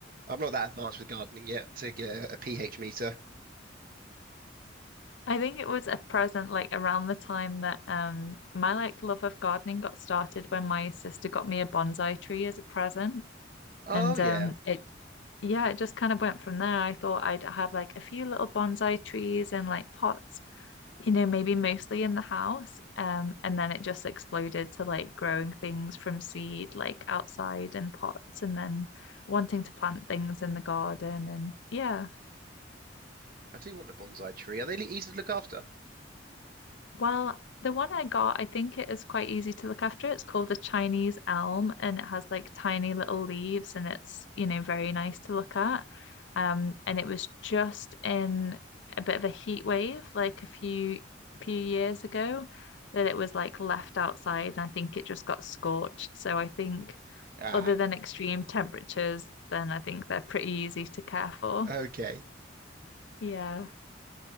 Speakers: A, on the right (about 50°); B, on the left (about 75°).
A: I'm not that advanced with gardening yet to get a, a pH meter.
B: I think it was a present like around the time that um my like love of gardening got started when my sister got me a bonsai tree as a present.
A: Oh
B: And
A: yeah,
B: um it yeah, it just kind of went from there. I thought I'd have like a few little bonsai trees and like pots, you know, maybe mostly in the house. Um, and then it just exploded to like growing things from seed, like outside in pots, and then wanting to plant things in the garden. And yeah,
A: I do want a bonsai tree. Are they le- easy to look after?
B: Well, the one I got, I think it is quite easy to look after. It's called a Chinese elm and it has like tiny little leaves and it's, you know, very nice to look at. Um, and it was just in a bit of a heat wave like a few few years ago that it was like left outside and I think it just got scorched. So I think
A: Ah,
B: other than extreme temperatures, then I think they're pretty easy to care for.
A: okay.
B: Yeah.